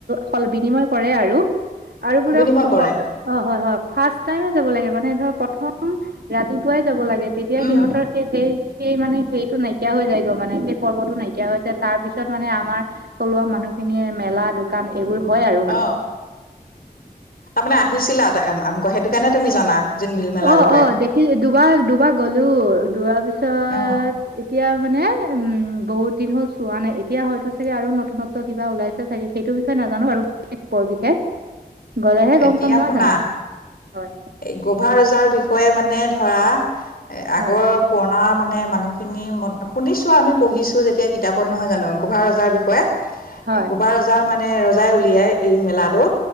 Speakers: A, on the right (about 75°); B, on the left (about 65°).
A: সল বিনিময় কৰে আৰু। আৰু বোলে
B: বিনিময়
A: সুপথ,
B: কৰে
A: অ', হয়, হয়। ফাৰ্ষ্ট টাইমে যাব লাগে মানে ধৰ, প্ৰথম ৰাতিপুৱাই যাব লাগে তেতিয়া
B: উম
A: সিহঁতৰ সে সেই সেইমানে সেইটো নাইকিয়া হৈ যায়গৈ মানে, সেই পৰ্বটো নাইকিয়া হৈ তাৰপিছত মানে আমাৰ থলুৱা মানুহখিনিয়ে মেলা, দোকান এইবোৰ হয় আৰু মানে।
B: অ তাৰমানে আহিছিলা আটা আমক, সেইটো কাৰণে তুমি জানা। জোনবিল মেলাৰ
A: অ',
B: বিষয়ে
A: অ', দেখি দুবাৰ দুবাৰ গলো, যোৱাৰ পিছত,
B: অ',
A: এত এতিয়া মানে উম, বহুত দিন হ'ল চোৱা নাই এতিয়া হয়তো চাগে আৰু নতুনত্ব কিবা ওলাইছে চাগে সেইটো বিষয়ে নাজানো বাৰু, বৰ বিশেষ। গ'লেহে গম
B: এতিয়া
A: পাম নহয়
B: শুনা,
A: জানো হয়
B: এই গোভা ৰজাৰ বিষ য়ে, মানে ধৰা, এ, আগৰ
A: হয়
B: পুৰণা মানু মানে মানুহখিনি শুনিছো আমি পঢ়িছো যেতিয়া কিতাপত নহয় জানো গোভা ৰজাৰ বিষয়ে।
A: হয়
B: গোপা ৰজাৰ মানে ৰজাই উলিয়াই এই মেলাটো।